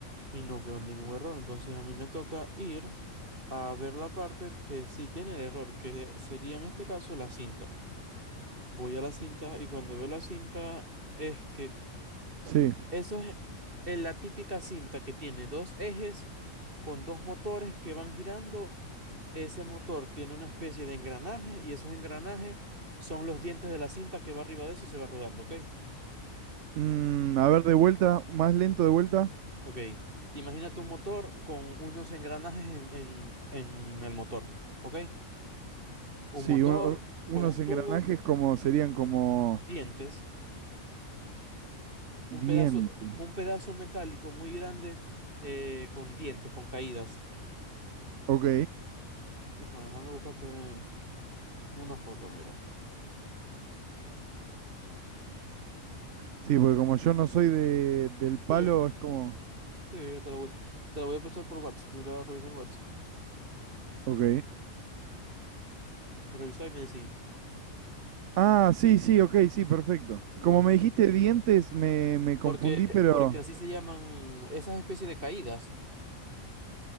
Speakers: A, on the right; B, on the right.
A: y no veo ningún error. Entonces a mí me toca ir a ver la parte que sí tiene el error, que sería en este caso la cinta. Voy a la cinta y cuando veo la cinta es que
B: sí.
A: eso es es la típica cinta que tiene dos ejes con dos motores que van girando Ese motor tiene una especie de engranaje y esos engranajes son los dientes de la cinta que va arriba de eso y se va rodando, ¿ok?
B: Mm, a ver, de vuelta, más lento de vuelta.
A: Ok. Imagínate un motor con unos engranajes en, en, en el motor, ¿ok? Un
B: Sí,
A: motor
B: uno- unos
A: con un
B: engranajes
A: tubo,
B: como serían como
A: dientes, un
B: dientes.
A: pedazo, un pedazo metálico muy grande eh, con dientes, con caídas.
B: Ok.
A: Es más, déjame buscarte una foto, mira.
B: Sí, porque como yo no soy de, del palo,
A: Sí,
B: es como...
A: sí, yo te la voy, te la voy a pasar por WhatsApp. Mira, revisar WhatsApp.
B: Ok.
A: revisa y me decís.
B: Ah, sí, sí, ok, sí, perfecto.
A: Bueno,
B: Como me dijiste dientes, me, me
A: Porque,
B: confundí, pero...
A: porque así se llaman esas especies de caídas.